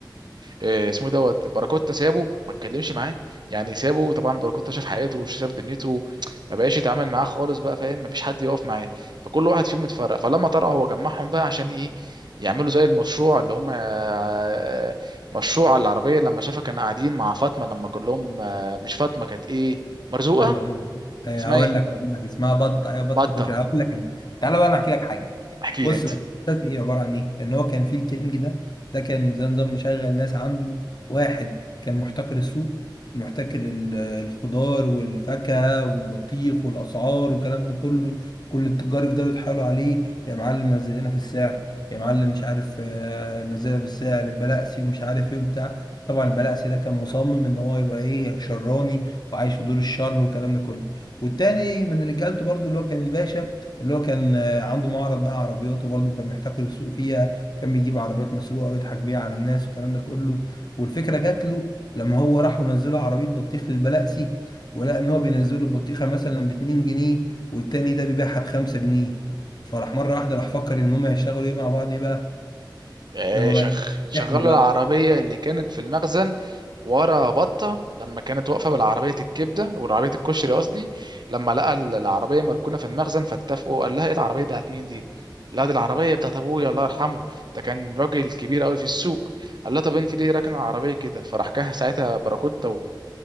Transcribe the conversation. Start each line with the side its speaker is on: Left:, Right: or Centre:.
Right: آه، اسمه إيه دوت باراكوتا سابه ما اتكلمش معاه يعني سابه طبعا باراكوتا شاف حياته وشاف دنيته ما بقاش يتعامل معاه خالص بقى فاهم ما فيش حد يقف معاه فكل واحد فيهم اتفرق فلما طلع هو جمعهم بقى عشان ايه يعملوا زي المشروع اللي هم آه، مشروع العربية لما شافها كان قاعدين مع فاطمة لما كلهم آه، مش فاطمة كانت ايه مرزوقة
Left: ايوه ايوه آه،
Right: اسمها
Left: هقول
Right: ايه
Left: لك هقول لك اسمها بطه ايوه بطه
Right: بطة
Left: كشري هقول لك أنا. تعالى بقى انا احكي لك حاجه
Right: احكي
Left: بص
Right: لي انت
Left: بقى مسلسل ايه عباره عن ايه ان هو كان في الكينج ده ده كان زي نظام مشغل ناس عنده واحد كان محتكر السوق ومحتكر ال- الخضار والفاكهه والبطيخ والاسعار والكلام ده كله كل التجار يفضلوا يتحايلوا عليه يا معلم نزل لنا في السعر يا معلم مش عارف آه، نزل لنا في السعر البلاقسي ومش عارف ايه وبتاع طبعا البلاقسي ده كان مصمم ان هو يبقى ايه شراني وعايش في دور الشر والكلام ده كله والتاني من رجالته برضو اللي هو كان الباشا اللي هو كان عنده معرض بقى عربيات وبرضه كان محتكر السوق فيها كان بيجيب عربيات مسروقه ويضحك بيها على الناس والكلام ده كله والفكره جات له لما هو راحوا نزلوا عربيه بطيخ للبلقسي ولقى ان هو بينزلوا البطيخه مثلا ب 2 جنيه والتاني ده بيبيعها ب 5 جنيه فراح مره واحده راح فكر ان هم يشتغلوا ايه مع بعض ايه بقى
Right: آه،
Left: ان هم
Right: شغ...
Left: بقى إيه؟
Right: شغلوا
Left: احنا بقى
Right: العربية اللي كانت في المخزن ورا بطة لما كانت واقفة بالعربية الكبدة والعربية الكشري قصدي لما لقى ال- العربية مركونة في المخزن فاتفقوا قال لها ايه العربية بتاعت مين دي؟ لا دي العربية بتاعت أبويا الله يرحمه ده كان راجل كبير قوي في السوق قال لها طب انت ليه راكنة العربية كده؟ فراح جه ساعتها باراكوتا